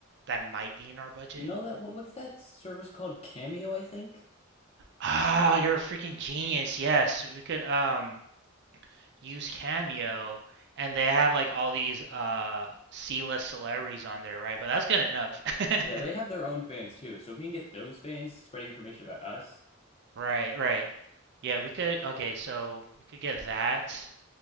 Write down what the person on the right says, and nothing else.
that might be in our budget.
Ah, you're a freaking genius. Yes, we could um. use Cameo, and they have like all these uh C-list celebrities on there, right? But that's good enough. <laughs>
Right, right. Yeah, we could okay, so we could get that.